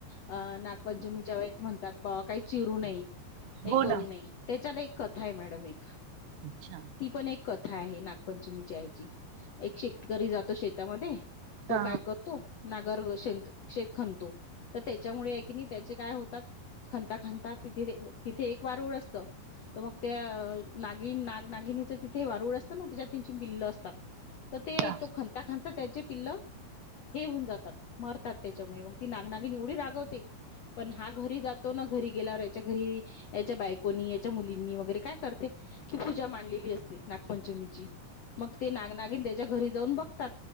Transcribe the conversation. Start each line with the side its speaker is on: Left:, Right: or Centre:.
Left: अ ना पंचमीच्या वेळेस म्हणतात बाबा काही चिरू नाहीय का
Right: हो
Left: करू
Right: ना.
Left: ने त्याच्याला एक कथा आहे मॅडम एक
Right: अच्छा.
Left: ती पण एक कथा आहे ना पंचमीची आयची एक शेतकरी जातो शेतामध्ये तो
Right: हा
Left: काय करतो नागर श शेप खनतो तर त्याच्यामुळे आहे की नाही त्याचे काय होतात खांता खांता तिथे तिथे एक वार उड असत तर मग त्या नागि ना नागिनीचं तिथे वारूळ असतं ना त्याच्यात तीन चिन पिल्ल असतात तर ते
Right: हा
Left: तो खांता खांता त्याचे पिल्ल हे होऊन जातात मरतात त्याच्यामुळे मग ती नागनागी एवढी रागवते पण हा घरी जातो ना घरी गेल्यावर याच्या घरी याच्या बायकोनी याच्या मुलींनी वगैरे काय करते कि पूजा मांडलेली असते नागपंचमीची. मग ते नाग नागिन त्याच्या घरी जाऊन बघतात